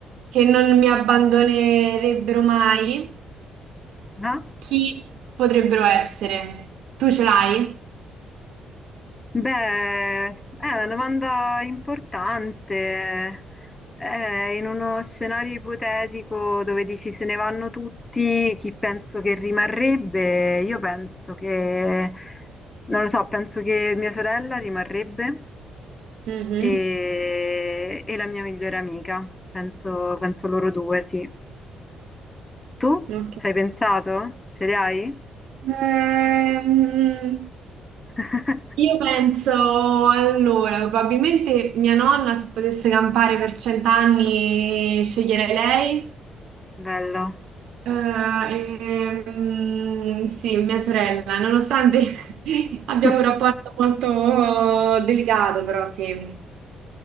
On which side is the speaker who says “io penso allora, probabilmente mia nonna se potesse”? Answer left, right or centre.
Right